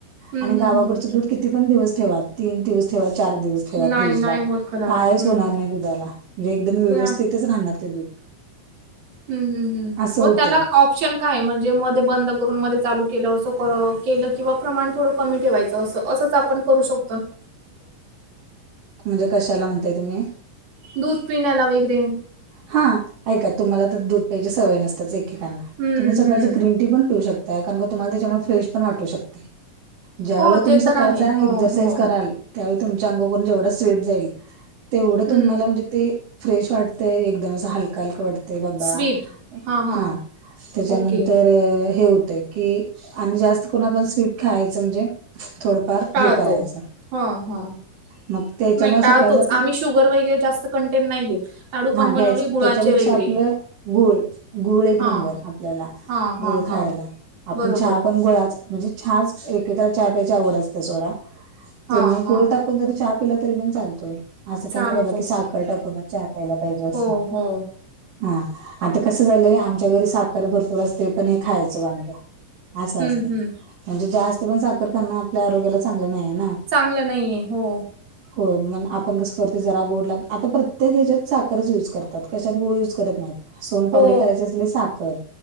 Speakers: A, on the right; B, on the right.
A: हं,
B: आणि
A: हं,
B: गावाकडचं
A: हं.
B: दूध किती पण दिवस ठेवा तीन दिवस ठेवा चार दिवस ठेवा
A: नाही,
B: फ्रीज
A: नाही
B: ला
A: होत खराब.
B: कायच
A: हं.
B: होणार नाही. दुधाला म्हणजे एकदम व्यवस्थितच
A: ते
B: राहणार ते दूध.
A: हम्म हम् हम्
B: असं
A: हो
B: होते
A: त्याला ऑप्शन काय म्हणजे मध्ये बंद करून मध्ये चालू केलं असं केलं किंवा प्रमाण थोडं कमी ठेवायचं अस असंच आपण करू शक
B: म्हणजे कशाला म्हणताय तुम्ही?
A: दूध पिण्याला वगैरे.
B: हा ऐका तुम्हाला तर दूध प्यायची सवय नसतेच एकएकाला
A: हं,
B: तुम्ही सकाळचं
A: हं.
B: ग्रीन टी पण पिऊ शक ताय कारण का तुम्हाला त्याच्यामुळे फ्रेश पण वाटू शकतंय ज्या
A: हो
B: वेळेला तुम्ही
A: ते
B: सकाळचा
A: तर आहे. हो,
B: एक्जरसाईज
A: हो.
B: कराल त्यावेळी तुमच्या अंगोवरून जेवढा स्वेट जाईल तेवढं
A: हं.
B: तुम्हाला म्हणजे ते फ्रेश वाट तय एकदम अस हलका हलक वाट तय बाबा
A: स्वीट. हां, हां.
B: हा त्याच्यानंतर
A: ओके.
B: हे होतंय. कि आमी जास्त करून आपण स्वीट खायचं म्हणजे थोडं फार
A: टाळतो.
B: हे करायच
A: हां, हां.
B: मग त्याच्यामुळे
A: नाही टाळतोच.
B: सकाळच आपल
A: आम्ही शुगर वगैरे जास्त कंटेंन नाही घेत. लाडू
B: हा
A: पण
B: घ्यायचं
A: बनवले गुळाचे
B: -त्याच्यापेक्षा
A: वगैरे.
B: आपलं गुळ गुळ एक
A: हा
B: नंबर आपल्याला.
A: हा हा
B: गुळ खायला
A: हा
B: आपण
A: बरोबर.
B: चहा पण गुळाचा म्हणजे छाच एक एकाला चहा प्यायची आवड असते सोडा
A: हा
B: त्यांनी
A: हा
B: गुळ टा कुण जरी चहा पिला तरी पण चालतोय असं काय
A: चालतो.
B: नाय बाबा की साखर टाकूनच चहा प्यायला पाहिजे असं.
A: हो हो
B: हा आता कसं झालंय आमच्या घरी साखर भरपूर असते पण हे खायचं वांद. असं
A: हम्म
B: असतंय
A: हम्म
B: म्हणजे जास्त पण साखर खान आपल्या आरोग्याला चांगलं नाहीया ना.
A: चांगलं नाहीये हो.
B: होय मन आपण कसं करतोय जरा गोडला आता प्रत्येक ह्याच्यात साखरच यूज करतात कशात गूळ यूज करत नाहीत सोनपापडी
A: हो
B: करायची असली साखर